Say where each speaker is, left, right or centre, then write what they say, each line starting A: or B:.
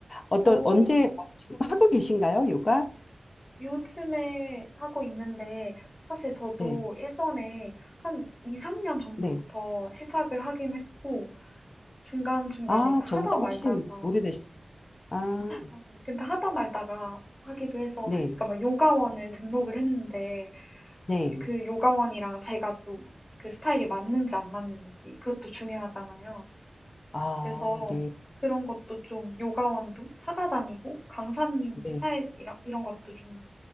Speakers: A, on the left; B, on the left.
A: 어떤,
B: 오,
A: 언제, 뭐 지금 하고 계신가요, 요가?
B: 요즘에 하고 있는데, 사실 저도
A: 네,
B: 예전에 한 2, 3년 전부터
A: 네.
B: 시작을 하긴 했고, 중간중간에
A: 아,
B: 이제 하다
A: 저보다
B: 말다가,
A: 훨씬 오래되셨, 아,
B: 아, 근데 하다 말다가 하기도 해서,
A: 네,
B: 그러니까 막 요가원을 등록을 했는데,
A: 네.
B: 그 요가원이랑 제가 또 그 스타일이 맞는지 안 맞는지 그것도 중요하잖아요.
A: 아,
B: 그래서
A: 네,
B: 그런 것도 좀 요가원도 찾아다니고 강사님
A: 네,
B: 스타일 이런, 이런 것도 좀